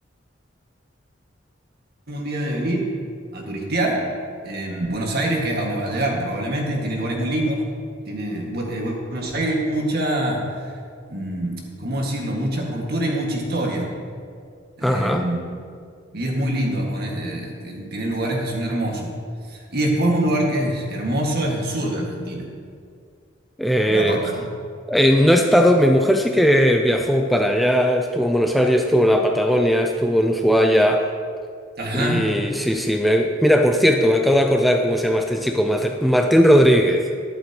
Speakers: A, on the right (about 55°); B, in the centre.
A: un día de venir a turistear, em, Buenos Aires, que es a donde vas a llegar probablemente, tiene lugares muy lindos. Tiene, Bu- eh, Buenos Aires, mucha, mm, ¿cómo decirlo? Mucha cultura y mucha historia. Em,
B: Ajá.
A: Y es muy lindo, honest- eh, ti- tiene lugares que son hermosos. Y después un lugar que es hermoso es el sur de Argentina,
B: Eh,
A: la Patagonia.
B: eh, no he estado, mi mujer sí que viajó para allá, estuvo en Buenos Aires, estuvo en la Patagonia, estuvo en Ushuaia
A: Ajá.
B: y sí, sí. me- mira, por cierto, me acabo de acordar cómo se llama este chico, Mar- Martín Rodríguez,